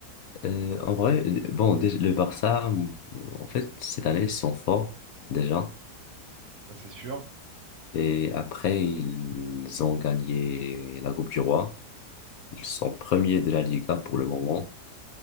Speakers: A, on the left; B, on the right.
A: Euh, en vrai, le- bon, dé- le Barça, en fait, cette année, ils sont forts déjà.
B: Ça c'est sûr.
A: Et après, ils ont gagné la Coupe du Roi. Ils sont premiers de la Liga pour le moment.